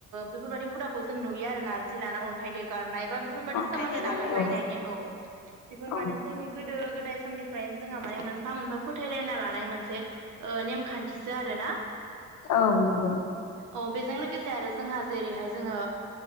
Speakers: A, on the right; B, on the left.
A: बेफोरबायदि हुदाखौ जों नुयो आरो नारजि लाना अन्थाइ देगारनाय बा बेफोरबायादि
B: अन्थाइ
A: सोमोन्दो
B: देगारनाय
A: नागारलायनायनि
B: औ
A: औ बेफोर
B: औ
A: माने जोंनि गोदो गोदाय समनिफ्रायनो जोंहा माने मोनफा मोनफा फोथायलायना लानो लानाय मोनसे नेमखान्थिसो आरोना।
B: औ नंगौ
A: औ बेजों लोगोसे आरो जोंहा जेरैहाय जोङो